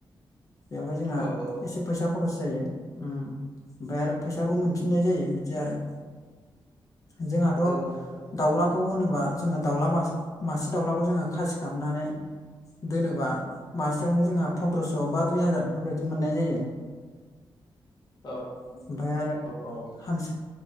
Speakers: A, on the left (about 40°); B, on the left (about 55°).
A: बेवहाय जोंहा
B: औ औ
A: एसे फैसा खरस जायो ओमफ्राय आरो फैसाबो मोनफिननाय जायो बिदि आरो। जोंहाथ'
B: औ नंगौ नोंथां
A: दाउलाखौ होनोबा जोङो दाउला मासे मासे दाउलाखौ जोङो खासि खालामनानै दोनोबा मासेयावनो जोंहा फन्द्रस' बा दुइ हाजार बेफोरबायदि मोननाय जायो।
B: औ
A: ओमफ्राय आरो
B: औ औ
A: हांसो